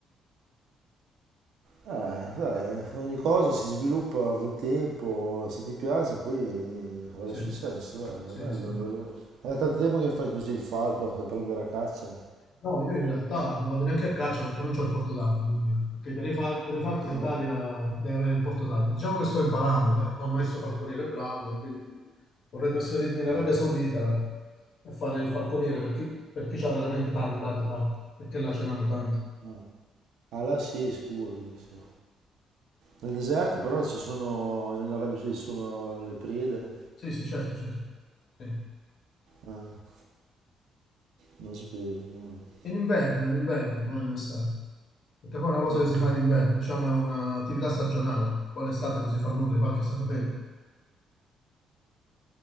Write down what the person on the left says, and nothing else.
Sì,
sì,
sì.
No, io in realtà non vado neanche a caccia perché non ho il porto d'armi, quindi, perché per i fal- con i falchi
in Italia deve avere il porto d'armi. Diciamo che sto imparando, dai, da un maestro falconiere bravo, e quindi vorrei trasferirmi in
Arabia Saudita e fare il falconiere per chi, per chi ha veramente tanti, tanti falchi, perché là ce n'hanno tanti.
Sì, sì, certo, certo. Sì.
In inverno, in inverno, non in estate. Perché poi è una cosa
che
si fa in inverno, diciamo è un'attività stagionale. Poi in estate non si fa nulla, i falchi stanno fermi.